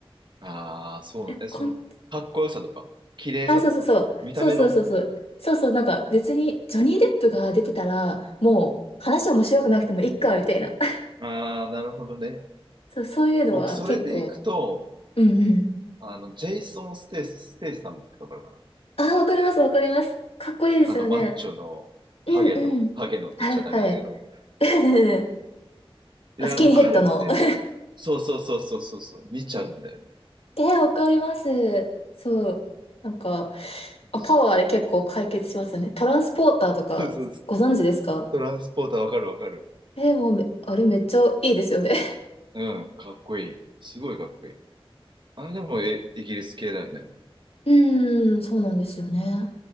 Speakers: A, on the right (about 50°); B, on the left (about 75°).
A: ああ、
B: <laughs>
A: そうだ。
B: え、
A: え、
B: こん、
A: その、かっこよさとか、綺麗さとか、
B: あ、そうそうそう。
A: 見た目の。
B: そうそうそうそう。そうそう、なんか別にジョニー・デップが出てたら、もう話面白くなくてもいいか、みたいな。<laughs>
A: ああ、なるほどね。
B: そう、そういうのは結構。
A: 僕、それでいくと、
B: うんうん。
A: あの、ジェイソン・ステイ、ステイさんってわかるかな
B: あ、わかります、わかります。かっこいいですよね。
A: あの、マッチョの、
B: うんうん。
A: ハゲの、ハゲのって言っちゃダメだけど。
B: はいはい。<laughs>
A: いや、
B: スキンヘッドの。
A: もう彼もね、
B: <laughs>
A: そうそうそうそうそう、そう見ちゃうんだよね。
B: えわかります。そう。なんか、あパワーで結構解決しますよね。
A: そうそう。
B: トランスポーターとか、
A: そうそうそう
B: ご存知ですか
A: トランスポーターわかるわかる。
B: えもうめ、あれめっちゃいいですよね。
A: うん、かっこいい。すごいかっこいい。あ、でも、え、イギリス系だよね。
B: <laughs> うーん、そうなんですよね。